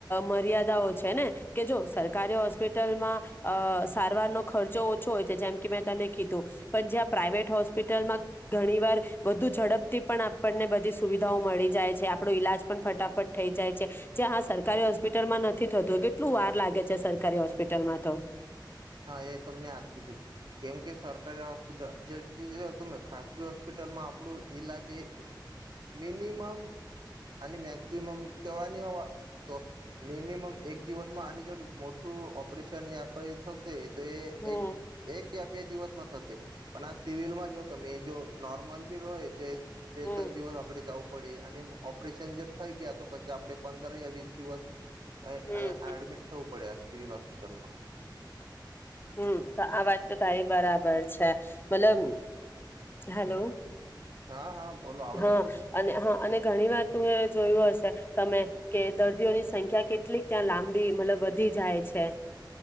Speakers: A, on the left; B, on the right.
A: મર્યાદાઓ છે ને કે જો સરકારી હોસ્પિટલમાં સારવારનો ખર્ચો ઓછો હોય છે જેમ કે મેં તને કીધું પણ જ્યાં પ્રાાઈવેટ હોસ્પિટલમાં ઘણી વાર વધુ ઝડપથી પણ. આપણને બધી સુવિધાઓ મળી જાય છે આપણો ઈલાજ પણ ફટાફટ થઈ જાય છે જે હા સરકારી હોસ્પિટલમાં નથી થતું કેટલું વાર લાગે છે સરકારી હોસ્પિટલમાં તો.
B: હા એ તમને યાદ ચુકી હતું કેમ કે સરકારી હોસ્પિટલ જે તમે ખાસગી હોસ્પિટલમાં આપણું ઈલાજ એ મિનિમમ આની મેક્સિમમ કેવાની હો તો મિનિમમ એક દિવસમાં આની જો મોટું ઓપરેશન યા કઈ. થશે. તો
A: હમ
B: એક એક યા બે દિવસમાં થશે. પણ આ સિવિલમાં જો તમે એ જો નોર્મલ બી હોય તો. બે
A: હમ
B: ત્રણ દિવસ આપણે જવું પડે. અને ઓપરેશન જે થઈ ગયા તો પછી આપડ પંદર યા વીસ દિવસનું. એડમિટ
A: હમ હમ
B: થવું પડ્યા સિવિલ હોસ્પિટ હોપિટલમાં
A: હમ તો આ વાત તો તારી બરાબર છે મતલબ હેલો.
B: હા હા બોલો આવજ
A: હા
B: આવતું છે.
A: અને હા અને ઘણી વાત એ જોયું હશે તમે કે દર્દીઓની સંખ્યા કેટલીક ત્યાં લાંબી મતલબ વધી જાય છે.